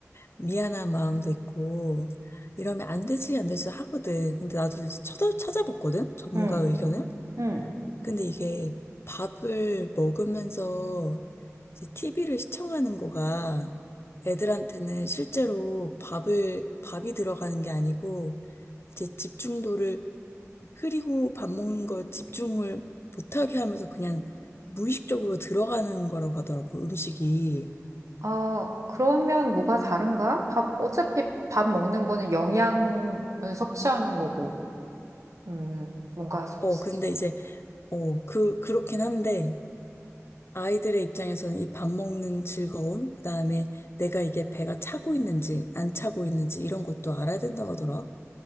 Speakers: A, on the left; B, on the right.
A: 미안한 마음도 있고, 이러면 안 되지, 안 되지 하거든. 근데 나도 이제 쳐다, 찾아봤거든? 전문가
B: 응,
A: 의견을?
B: 응.
A: 근데 이게 밥을 먹으면서 이제 TV를 시청하는 거가 애들한테는 실제로 밥을, 밥이 들어가는 게 아니고, 이제 집중도를 흐리고 밥 먹는 걸 집중을 못하게 하면서 그냥 무의식적으로 들어가는 거라고 하더라고, 음식이.
B: 아, 그러면 뭐가 다른가? 밥, 어차피 밥 먹는 거는 영양을 섭취하는 거고, 음, 뭔가 수-
A: 어, 근데 이제, 어, 그, 그렇긴 한데, 아이들의 입장에서는 이 밥 먹는 즐거움, 그다음에 내가 이게 배가 차고 있는지 안 차고 있는지 이런 것도 알아야 된다고 하더라.